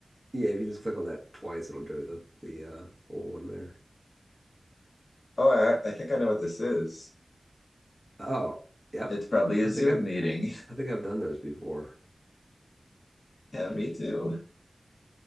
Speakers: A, on the right; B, on the left.
A: Yeah, if you just click on that twice, it'll do the the uh, full one there.
B: Oh, I, I think I know what this is.
A: Oh, yep.
B: It's probably
A: I
B: a
A: think
B: Zoom
A: I've
B: meeting. <laughs>
A: I think I've done those before.
B: Yeah, me too.